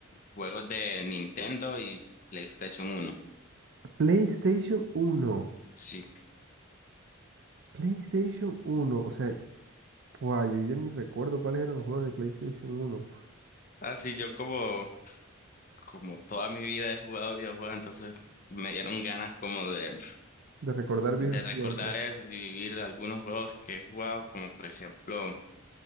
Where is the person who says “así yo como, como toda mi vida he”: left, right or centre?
Left